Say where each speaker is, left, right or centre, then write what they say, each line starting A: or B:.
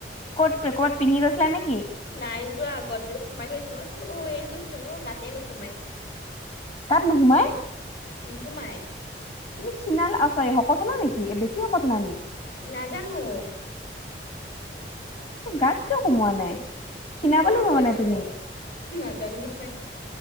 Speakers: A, on the left; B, on the left.
A: ক'ত পে ক'ত পিন্ধি গৈছিলা নেকি?
B: নাই যোৱা গডেজ সোমাই থৈছিলো মই অ এইযোৰ চোন অ গাতেই নোসোমাই।
A: গাত নোসোমাই?
B: নোসোমাই।
A: তুমি ক্ষীণালা অ চাগে শকত হ'লা নেকি বেছি শকত হ'লা নি?
B: নাজানো।
A: গাত কিয় সোমোৱা নাই ক্ষীণাব
B: সৰু
A: লাগিব
B: হয়চোন
A: মানে তুমি।
B: নাজানো নহয়।